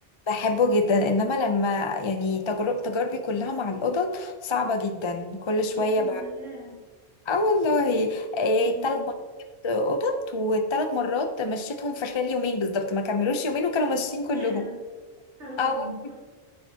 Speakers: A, on the left; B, on the right.
A: بحبه جدا انما لما يعني تجرب تجاربي كلها مع القطط صعبة جدا كل شوية
B: ليه كده يا
A: اه والله إيه
B: مم.
A: تلات مرات جبت قطط والتلات مرات مشيتهم في خلال يومين بالظبط ما كملوش يومين وكانوا ماشيين كلهم
B: يا حرام
A: اه والله